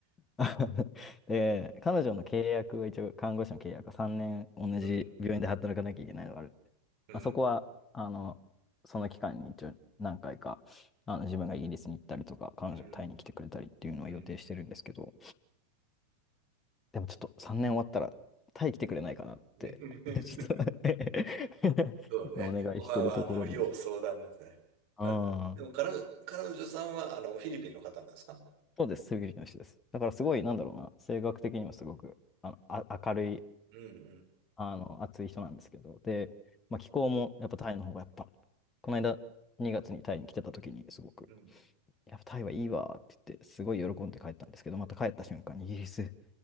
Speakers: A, on the left; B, on the right.
A: <laughs>
B: う
A: で、彼女の契約は一応、看護師の契約は3年同じ病院で働かなきゃいけないのがあるんで、
B: ん。うん。
A: まあ、そこは、あの、その期間に一応何回か、あの、自分がイギリスに行ったりとか、彼女がタイに来てくれたりっていうのは予定してるんですけど、
B: うん。うん。
A: でもちょっと3年終わったら、タイ来てくれないかなって、
B: <laughs>
A: <laughs> ちょっとね <laughs>
B: そうね。
A: お願いしてるところで。
B: そこは、あの、要相談ですね。
A: うん。
B: あ、でも、彼女、彼女さんは、あの、フィリピンの方なんですか
A: そうです、セビリティの人です。だからすごい、なんだろうな、性格的にもすごく、あの、あ、明るい、
B: うん
A: あの、熱い人なんですけど、で、まあ、気候もやっぱタイの方がやっぱ、この間2月にタイに来てた時にすごく、
B: うん。うん。
A: やっぱタイはいいわって言って、すごい喜んで帰ったんですけど、また帰った瞬間にイギリス、